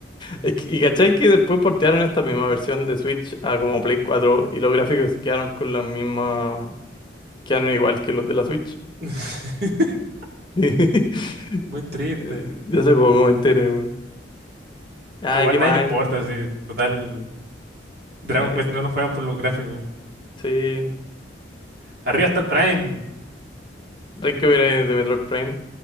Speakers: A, on the left; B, on the right.
A: Es que- y cachai que después portearon esta misma versión de Switch a como Play 4 y los gráficos quedaron con la misma, quedaron iguales que los de la Switch.
B: <laughs>
A: <laughs>
B: Muy triste.
A: Ya hace poco me enteré, weón. Ay,
B: Igual
A: qué
B: nadie
A: más
B: le importa,
A: hay?
B: si total. Dragon
A: Eh,
B: Quest no lo juegan por los gráficos.
A: sí,
B: Arriba está el Prime.
A: Renkyo era de Metroid Prime.